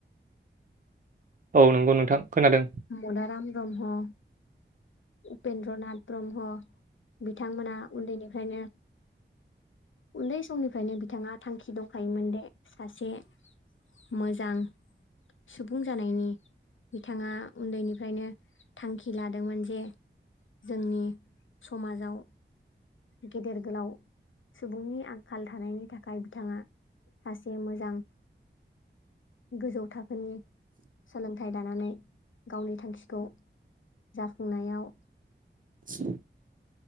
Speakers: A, on the right; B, on the left.
A: औ नंगौ नोंथां खोनादों
B: मदाराम ब्रह्म
A: <inaudible>
B: उपेन्द्र नाथ ब्रह्म बिथांमोना उन्दैनिफ्रायनो उन्दै समनिफ्रायनो बिथाङा थांखि दंखायोमोन दे सासे मोजां सुबुं जानायनि बिथाङा उन्दैनिफ्रायनो थांखि लादोंमोन जे जोंनि समाजाव गेदेर गोलाव सुबुंनि आंखाल थानायनि थाखाय बिथाङा सासे मोजां गोजौ थाखो फोरनि सोलोंथाइ लानानै गावनि थांखिखौ जाफुंनायाव
A: <unintelligible>